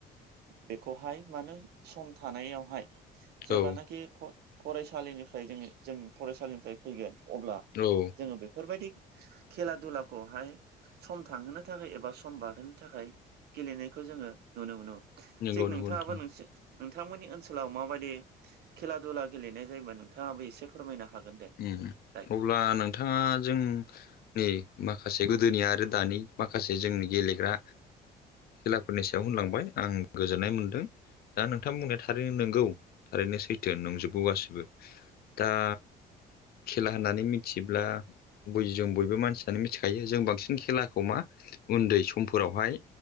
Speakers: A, on the right; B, on the left.
A: बेखौहाय मानो सम थानायावहाय जेब्लानाखि
B: औ
A: फरायसालिनिफ्राय जोङो जों फरायसालिनिफ्राय फैगोन अब्ला
B: औ
A: जोङो बेफोरबायदि खेला दुलाखौहाय सम थांहोनो थाखाय एबा सम बारहोनो थाखाय गेलेनायखौ जोङो नुनो मोनोमोन।
B: नंगौ
A: थिग
B: नंगौ
A: नोंथाङाबो
B: नोंथां
A: नोंसि नोंथांमोननि ओनसोलाव माबायदि खेला दुला गेलेनाय जायोबा नोंथाङाबो एसे फोरमायनो हागोन दे।
B: उम
A: दायो
B: अब्ला नोंथाङा जों नै माखासे गोदोनि आरो दानि माखासे जोंनि गेलेग्रा खेलाफोरनि सायाव होनलांबाय आं गोजोननाय मोनदों। दा नोंथां बुंनाया थारैनो नंगौ थारैनो सैथो नंजोबगौ गासिबो दा खेला होननानै मिथिब्ला बयजों बयबो मानसियानो मिथिखायो जों बांसिन खेलाखौ मा उन्दै समफोरावहाय